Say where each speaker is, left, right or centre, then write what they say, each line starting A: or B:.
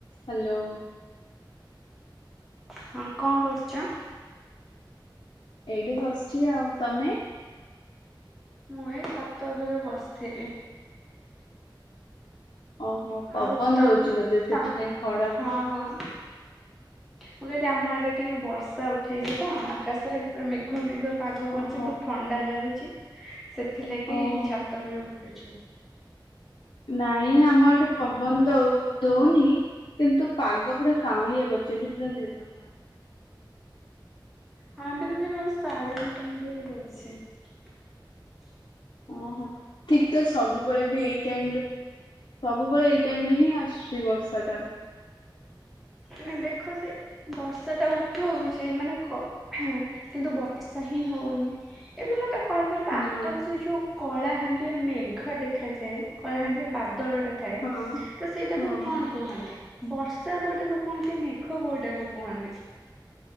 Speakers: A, on the left; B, in the centre.
A: Hello.
B: ହଁ କଣ କରୁଛ?
A: ଏଇଠି ବସଚି ଆଉ ତମେ?
B: ମୁଁ ଛାତ ଉପରେ ବସିଥିଲି।
A: ଓହୋ ପବନ
B: ଆଉ ତମ
A: ଦଉଛି ବୋଧେ ସେଥିପାଇଁ
B: ତମ
A: ଫଡା ଫ
B: ହଁ ହଁ। ମୁଁ କହିଲି ଆମ ଆଡ଼େ ଟିକେ ବର୍ଷା ଉଠେଇଛି ତ ଆକାଶରେ ପୁରା ମେଘୁଆ ମେଘୁଆ। ପାଗ କରଛି
A: ଓହୋ
B: ବହୁତ ଥଣ୍ଡା ଲାଗୁଛି ସେଥିଲାଗି
A: ଓହୋ
B: ଛାତ ଉପର ଅଛି।
A: ନାଇଁ ଆମର ଏଟେ ପବନ ଦଉ ଦଉନି କିନ୍ତୁ ପାଗ ପୁରା କାଉଁଳିଆ କରିଚି ପୁରା ଦିନ ମାନ। ହୁଁ।
B: ହଁ ଯେ ମୋର ସାଢ଼େ ତିନିଟା ଖଣ୍ଡେ ହେଇଚି।
A: ଓହୋ ଠିକ ତ ସବୁବେଳେ ବି ଏଇ ଟାଇମ ରେ ସବୁବେଳେ ଏଇ ଟାଇମ ରେ ହିଁ ଆସୁଛି ବର୍ଷା ଟା।
B: ମ ଦେଖ ସେ ବର୍ଷା ଟା ଉଠଉଛି ମାନେ କିନ୍ତୁ ବର୍ଷା ହିଁ ହଉ ହଉନି ଏବେ ମୁଁ ତା କହିପାରିବ ଆକାଶରେ
A: ନା
B: ଯୋଉଁ କଳାହାଣ୍ଡିଆ ମେଘ ଦେଖାଯାଏ। କଳାହାଣ୍ଡିଆ ବାଦଲ ଥାଏ
A: ହଁ
B: ତ ସେଇଟାକୁ
A: ହଁ
B: କଣ କୁହନ୍ତି? ବର୍ଷା କୋଉଁଟାକୁ କୁହନ୍ତି ମେଘ କୋଉଁଟା କୁ କୁହନ୍ତି?